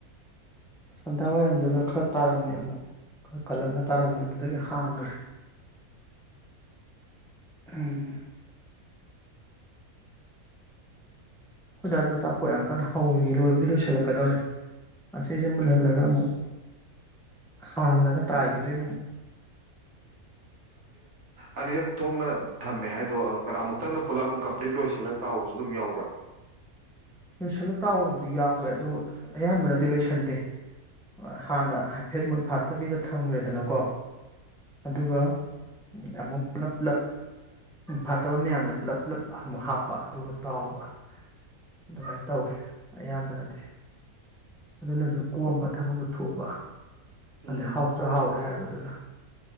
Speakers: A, in the centre; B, on the right.
A: ꯁꯟꯗꯥ ꯋꯥꯏꯔꯝꯗꯨꯗ ꯈꯔ ꯇꯥꯔꯝꯃꯤ ꯑꯃꯨꯛ ꯈꯔ ꯀꯜꯂꯞꯅ ꯇꯥꯔꯝꯃꯤ ꯑꯗꯨꯗꯤ ꯍꯥꯡꯈ꯭ꯔꯦ ꯎꯝ ꯣꯏꯗ ꯁꯞꯄ ꯑꯣꯏ ꯑꯪꯀꯟꯗ ꯍꯧꯏꯌꯦ ꯂꯣꯏꯕꯗꯤ ꯂꯣꯏꯁꯤꯜꯂꯛꯀꯗꯧꯔꯦ ꯑꯁꯤꯁꯦ ꯃꯨꯜꯍꯜꯂꯒ ꯑꯃꯨꯛ ꯍꯥꯜꯂꯒ ꯇꯥꯏꯈꯤꯗꯣꯏꯅꯦ ꯑꯃꯨꯛ
B: ꯑꯅꯤ ꯊꯣꯛꯣꯛꯅ ꯊꯝꯃꯦ ꯍꯥꯏꯗꯣ ꯀꯣ ꯑꯃꯨꯛꯇꯪ ꯄꯨꯂꯞ ꯑꯗꯨꯝ ꯀꯝꯄ꯭ꯂꯤꯠ ꯂꯣꯏꯁꯤꯜꯂ ꯇꯥꯎꯕꯁꯨ ꯑꯗꯨꯝ ꯌꯥꯎꯕ꯭ꯔꯥ
A: ꯂꯣꯏꯁꯤꯜꯂ ꯇꯥꯎꯕꯗꯨ ꯌꯥꯎꯋꯦ ꯑꯗꯨꯒ ꯑꯌꯥꯝꯕꯅꯗꯤ ꯂꯣꯏꯁꯟꯗꯦ ꯍꯥꯟꯅ ꯍꯥꯏꯐꯦꯠ ꯃꯨꯟ ꯐꯥꯠꯇꯕꯤꯗ ꯊꯝꯈ꯭ꯔꯦꯗꯅꯀꯣ ꯑꯗꯨꯒ ꯑꯃꯨꯛ ꯄꯨꯂꯞ ꯄꯨꯂꯞ ꯃꯨꯟ ꯐꯥꯠꯇꯕ ꯃꯌꯥꯝꯗ ꯄꯨꯂꯞ ꯄꯨꯂꯞ ꯑꯃꯨꯛ ꯍꯥꯞꯄ ꯑꯗꯨꯒ ꯇꯥꯎꯕ ꯑꯗꯨꯃꯥꯏꯅ ꯇꯧꯋꯤ ꯑꯌꯥꯝꯕꯅꯗꯤ ꯑꯗꯨꯅꯁꯨ ꯀꯣꯝꯕ ꯊꯕꯛꯇ ꯊꯨꯕ
B: ꯎꯝ
A: ꯑꯗꯩ ꯍꯥꯎꯁꯨ ꯍꯥꯎꯋꯦ ꯍꯥꯏꯕꯗ ꯑꯗꯨꯅ